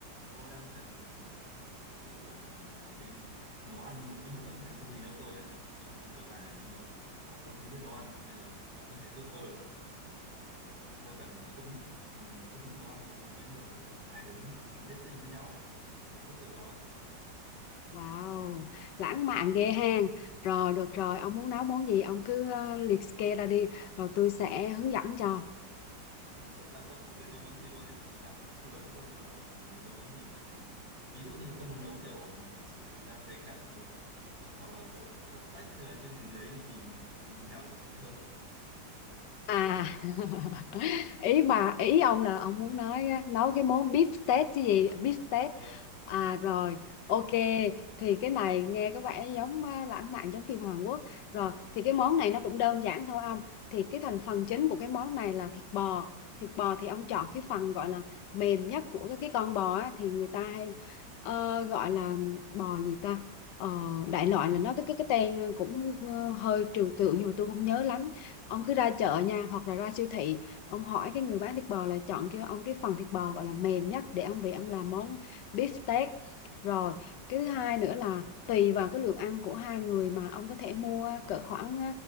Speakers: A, on the right; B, on the left.
A: Tôi đang cần một một cái kiểu một cái nấu ăn một cái bữa dành cho người yêu tôi ấy trong tuần này này nhưng mà tại tôi không biết nấu ăn nên là bạn có thể giúp tôi là kiểu tôi cần một cái công thức ừm, công thức nấu ăn cho một cái buổi hai đứa meet dating với nhau ấy thì bạn giúp tôi được không?
B: wow lãng mạn ghê ha rồi được rồi ông muốn nấu món gì ông cứ ờ, liệt kê ra đi rồi tôi sẽ hướng dẫn cho
A: Ừ, thật ra tôi cũng không biết nấu món gì luôn ấy thì bạn tư vấn cho tôi xem là nấu nấu món gì thì hợp lý. Ví dụ như là tôi muốn nấu kiểu kiểu thịt rang cháy cạnh hoặc là hoặc là kiểu stack hay là cái gì gì đấy thì thì, thì như nào là hợp lý hơn
B: à <laughs> ý bà ý ông là ông muốn nói á, nấu cái món beef steak chứ gì beef steak
A: Ờ,
B: à
A: đúng
B: rồi
A: rồi
B: ok thì cái này nghe có vẻ giống à, lãng mạn giống phim Hàn Quốc rồi thì cái món này nó cũng đơn giản thôi ông thì cái thành phần chính của cái món này là thịt bò thịt bò thì ông chọn cái phần gọi là mềm nhất của cái, cái con bò á, thì người ta hay ờ, gọi là bò gì ta Ờ, đại loại là nó cái cái cái tên cũng ờ, hơi trừu tượng nhưng mà tôi không nhớ lắm ông cứ ra chợ nha hoặc là ra siêu thị ông hỏi cái người bán thịt bò là chọn cho ông cái phần thịt bò gọi là mềm nhất để ông về ông làm món beef steak rồi cái thứ hai nữa là tùy vào cái lượng ăn của hai người mà ông có thể mua cỡ khoảng